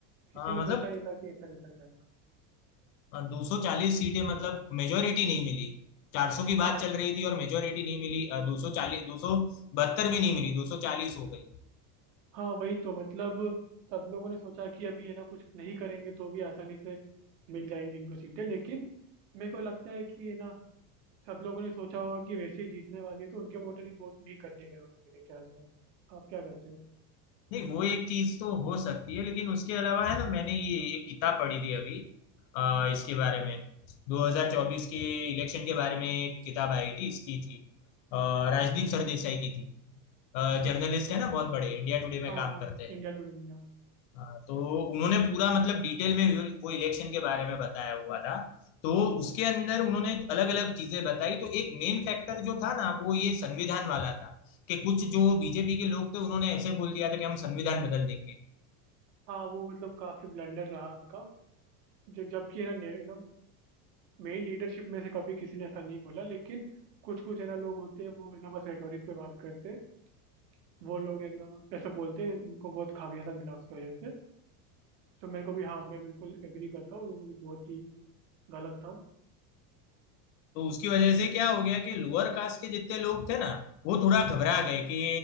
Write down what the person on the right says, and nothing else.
किसी
ने
सोचा नहीं था कि ऐसा रिजल्ट आएगा
हाँ
हाँ वही तो मतलब सब लोगों ने सोचा कि अभी है ना कुछ नहीं करेंगे तो भी आसानी से मिल जाएंगी इनको सीटें लेकिन मेरे को लगता है कि है ना सब लोगों ने सोचा होगा कि वैसे ही जीतने वाली है तो उनके वोटर ही वोट नहीं करने गए होंगे मेरे ख्याल से आप क्या करते हो
अच्छा
हाँ
हाँ
हाँ
इंडिया टुडे में हाँ
हाँ, वो मतलब काफी ब्लंडर रहा इनका जो जबकि है ना ने- ना मेन लीडरशिप में से कभी किसी ने ऐसा नहीं बोला लेकिन कुछ कुछ है ना लोग होते हैं वो है ना बस रेटोरिक पे बात करते हैं वो लोग है ना ऐसा बोलते हैं उनको बहुत खामियाजा मिला उसकी वजह से तो मेरे को भी हाँ मैं बिल्कुल एग्री करता हूँ वो बहुत ही गलत था